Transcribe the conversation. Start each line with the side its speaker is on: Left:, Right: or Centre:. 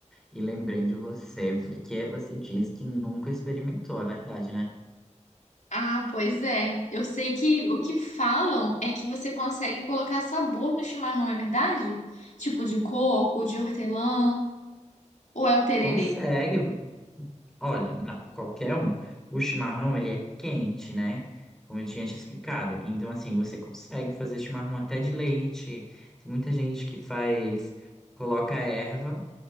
Centre: e lembrei de você, porque você disse que nunca experimentou, é verdade, né?
Left: Ah, pois é. Eu sei que o que falam é que você consegue colocar sabor no chimarrão, é verdade? Tipo de coco, de hortelã, ou é o tererê?
Centre: Consegue. Olha, não, qualquer um. O chimarrão, ele é quente, né? Como eu tinha te explicado. Então, assim, você consegue fazer chimarrão até de leite. Tem muita gente que faz, coloca erva,